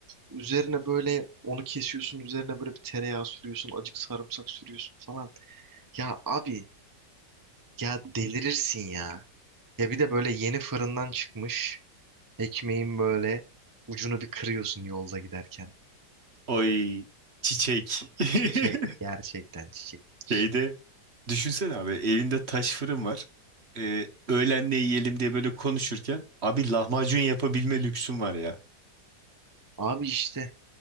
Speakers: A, on the right; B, on the right.
A: üzerine böyle onu kesiyorsun üzerine böyle bir tereyağı sürüyorsun acık sarımsak sürüyorsun falan. Ya abi ya delirirsin ya. Ya bir de böyle yeni fırından çıkmış. Ekmeğin böyle ucunu bir kırıyorsun yolda giderken.
B: Oy, çiçek.
A: Çiçek gerçekten
B: <laughs>
A: çiçekmiş.
B: Şeyde
A: ya.
B: düşünsene abi elinde taş fırın var. Ee, öğlen ne yiyelim diye böyle konuşurken abi lahmacun yapabilme lüksün var ya.
A: Abi işte